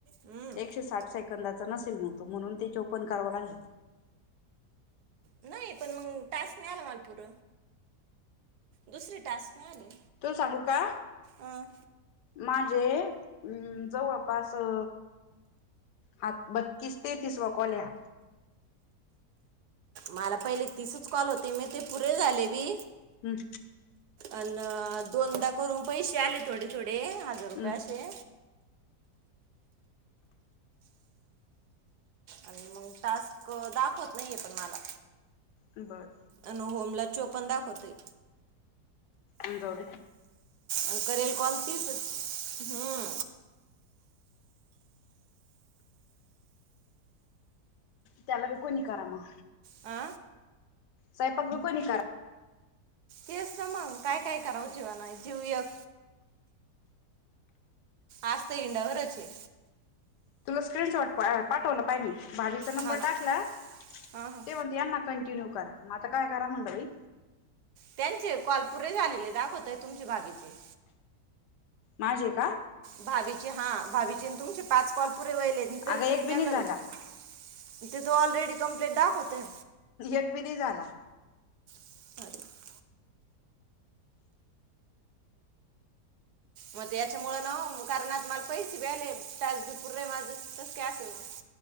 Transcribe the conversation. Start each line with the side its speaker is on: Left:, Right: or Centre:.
Right: हम्म
Left: एकशे साठ साेकंदाचा नसेल मग तू म्हणून ते चोपन करावं लागले.
Right: नाही पण मग टास्क नाय आला मला पूर दुसरी टास्क नाय आले.
Left: तूल सांगू का
Right: अं.
Left: माझे अ जवळपास अ हा बत्तीस तेतीसवा कॉल ये हा
Right: मला पहिले तिसच कॉल होते मी ते पुरे झाले बी
Left: हम्
Right: अनं दोनदा करून पैसे आले थोडे थोडे हजार रुपये
Left: हम्म
Right: असे आणि मग टास्क दाखवत नाहीये पण मला.
Left: बर
Right: अन होमला चोपण दाखवतय.
Left: अं जाऊदे
Right: अन करेल कॉल तीस हम्म
Left: त्याला बी कोणी करा म
Right: आ
Left: सायंपाक बी कोणी करा.
Right: तेचं त मग काय काय करावं जीवान जीवं यक आज त इंडावरचये.
Left: तुला स्क्रीनशॉट पाठवलं पाय मी भाभी चा नंबर
Right: हा ना
Left: टाकला ते
Right: हां हां
Left: म्ह त्यांना कंटिन्यू करा म आता काय करा म्हणल बाई
Right: त्यांचे कॉल पुरे झालेले दाखवतय तुमचे भाभीचे.
Left: माझे का
Right: भाभीचे हा भाभीचे तुमचे पाच कॉल पुरे वयलेत अनं तरी
Left: अगं एक
Right: तुम्ही त्यांना
Left: बी नाही झाला
Right: इथं तर ऑलरेडी कंप्लिट दाखवतय.
Left: एक बी नाय झाला.
Right: <unintelligible> मग त्याच्यामुळ ना कारण आता मला पैसे बी आले, तजी पूर माझं तस काय असेल मग